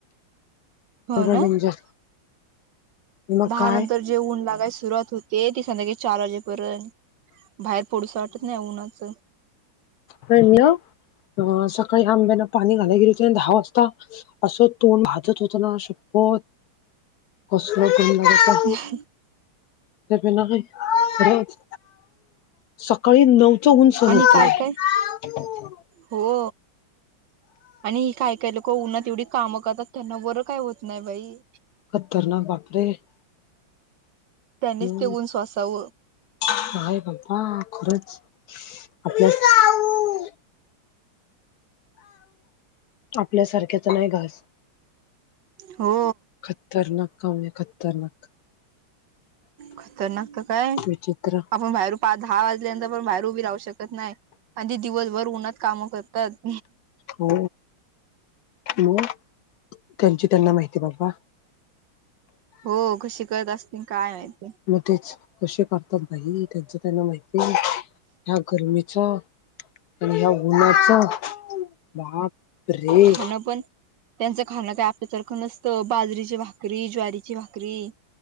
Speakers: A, on the right (about 65°); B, on the left (about 80°).
A: हो
B: डेंजर
A: ना-
B: मग
A: दहा
B: काय
A: नंतर जे ऊन लागायला सुरुवात होते ते संध्याकाळी चार वाजेपर्यंत- बाहेर पोडुसं वाटत नाही उन्हाचं.
B: हॅलो? अ सकाळी आंब्याना पाणी घालाय गेले <unintelligible> दहा वाजता असं तोंड भाजत होतं ना शप्पथ. कसलं ऊन लागत.
A: <unintelligible>
B: ते पिणार नई, <unintelligible> सकाळी नऊच ऊन सुरू
A: आणि
B: होत.
A: काय काय
B: <unintelligible>
A: हो. आणि ही काय-काय लोकं उन्हात येवढी कामं करतात त्यांना बरं काय होत नाही बाई-
B: खतरनाक बापरे.
A: त्यानीच
B: मग
A: ते ऊन सोसव.
B: काय म्हणता खरंच. आपल्या- आपल्यासारख्याच नाही घास.
A: हो.
B: खतरनाक कामे खतरनाक.
A: खतरनाक तर काय?
B: विचित्र
A: आपण बाहेर पहा दहा वाजल्यानंतर पण बाहेर उभी राहू शकत नाही. आधी दिवसभर उन्हात कामं करतात.
B: हो. मग, त्यांची त्यांना माहिती बाबा.
A: हो कशी करत असतील काय माहिती.
B: मग तेच, कसे करतात बाई त्यांच त्यांना माहिती ह्या गरमीचं. आणि या उन्हाचं, बाप रे.
A: न <unintelligible> पण. त्यांचं खाणं काय आपल्यासारखं नसतं बाजरीची भाकरी, ज्वारीची भाकरी.